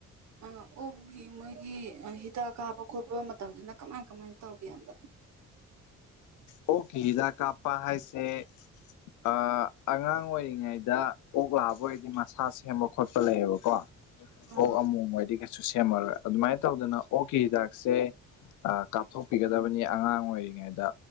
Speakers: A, on the right (about 65°); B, on the left (about 80°).
A: ꯑꯥ ꯑꯣꯒꯤ ꯃꯣꯏꯒꯤ ꯍꯤꯗꯥꯛ ꯀꯥꯕ ꯈꯣꯠꯄ ꯃꯇꯝꯗꯅ ꯀꯃꯥꯏ ꯀꯃꯥꯏꯅ ꯇꯧꯒꯦꯕ
B: ꯑꯣꯛꯀꯤ ꯍꯤꯗꯥꯛ ꯀꯥꯞꯄ ꯍꯥꯏꯁꯦ ꯑꯥ ꯑꯉꯥꯡ ꯑꯣꯏꯔꯤꯉꯩꯗ ꯑꯣꯛ ꯂꯥꯕ ꯑꯣꯏꯗꯤ ꯃꯁ ꯁꯥ ꯁꯦꯝꯕ ꯈꯣꯠꯄ ꯂꯩꯌꯦꯕꯀꯣ
A: ꯑ
B: ꯑꯣꯛ ꯑꯃꯣꯝ ꯑꯣꯏꯗꯤ ꯀꯩ ꯁꯨ ꯁꯦꯝꯃꯔꯣꯏ ꯑꯗꯨꯃꯥꯏꯅ ꯇꯧꯗꯅ ꯑꯣꯛꯀꯤ ꯍꯤꯗꯥꯛꯁꯦ ꯑꯥ ꯀꯥꯞꯊꯣꯛꯄꯤꯒꯗꯕꯅꯤ ꯑꯉꯥꯡ ꯑꯣꯏꯔꯤꯉꯩꯗ